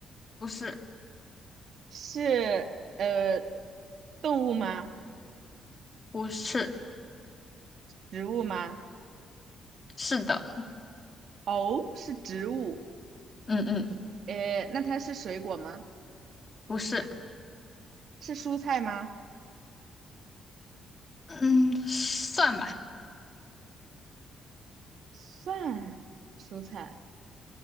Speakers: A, on the left (about 30°); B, on the right (about 65°).
A: 不是，
B: 是呃动物吗？
A: 不是，
B: 植物吗？
A: 是的。
B: 哦，是植物。
A: 嗯嗯，
B: 呃，那它是水果吗？
A: 不是，
B: 是蔬菜吗？
A: 嗯，算吧，
B: 算蔬菜。